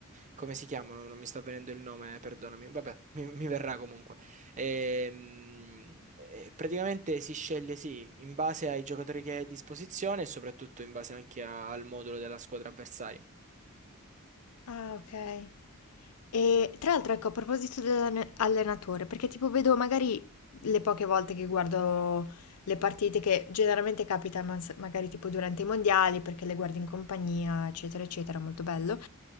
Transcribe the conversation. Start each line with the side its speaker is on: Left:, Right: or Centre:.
Right: come si chiamano? Non mi sta venendo il nome, perdonami. Vabbè, <laughs> mi, mi verrà comunque. Ehm, e praticamente si sceglie sì, in base ai giocatori che hai a disposizione e soprattutto in base anche a- al modulo della squadra avversaria.
Left: Ah, okay. E tra l'altro, ecco, a proposito dell'allenatore, perché tipo vedo magari le poche volte che guardo le partite che generalmente capitano mas- magari tipo durante i mondiali, perché le guardo in compagnia, eccetera, eccetera, molto bello.